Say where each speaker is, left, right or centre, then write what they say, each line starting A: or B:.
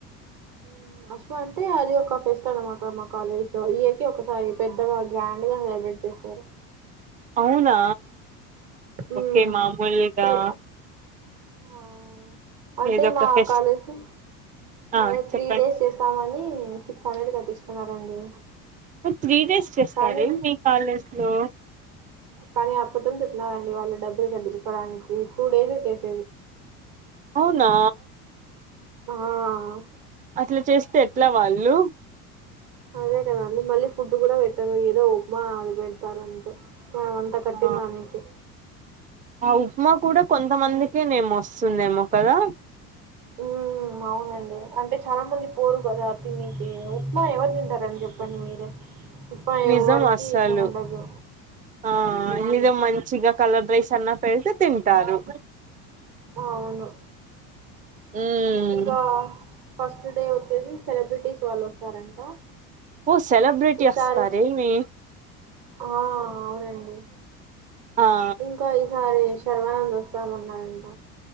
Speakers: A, on the right; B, on the right.
A: హ్మ్ అశ్వ అంటే అది ఒక ఫెస్ట్ అనమాట మా కాలేజ్ లో ఇయర్కి ఒకసారి పెద్దగా గ్రాండ్ గా వెయిట్ చేశారు
B: అవునా
A: ఉమ్
B: ఓకే మామూలుగా
A: త్రీ ఆ అంటే
B: ఏదో ఒక
A: మా
B: ఫెస్ట్
A: కాలేజ్ కు
B: ఆ
A: అదే
B: చెప్పండి
A: త్రీ డేస్ చేస్తామని సిక్స్ హండ్రెడ్ కట్టించుకున్నారండి
B: త్రీ డేస్ చేస్తార్
A: కానీ
B: మీ కాలేజ్ లో
A: కానీ ఆపదం చేపినారండి వాళ్ళు డబ్బులు తాగించడానికి టూ డేస్ చేస్
B: అవునా
A: ఆ
B: అట్లా చేస్తే ఎట్లా వాళ్ళు
A: అదే కదండి మళ్ళీ ఫుడ్ కూడా పెట్టారు ఏదో ఉప్మా ఆది పేడ్ తారు అంతే మనం అంతా కట్టిందానికి
B: ఆ ఆ ఉప్మా కూడా కొంతమందికే నెమో వస్తుందేమో కదా
A: హ్మ్ అవునండి అంటే చాలా మంది పోరు కదా తినేకి ఉప్మా ఎవరు తింటారండి చెప్పండి మీరే ఉప్మా
B: నిజం
A: ఎవరికి
B: అసలు
A: ఇష్టం ఉండదు
B: ఆ నిజం మంచిగా కలర్ రైస్ అన్న పెడితే తింటారు
A: ఆ అవును
B: ఉమ్
A: ఇంకా ఫస్ట్ డే వచ్చేసి సెలబ్రిటీస్ వాళ్ళు వస్తారంట
B: ఓ సెలబ్రిటీ
A: ఈసారి
B: వస్తార్ ఏమీ
A: ఆ అవునండి
B: ఆ
A: ఇంకా ఈసారి శర్వానంద్ వస్తామన్నారంట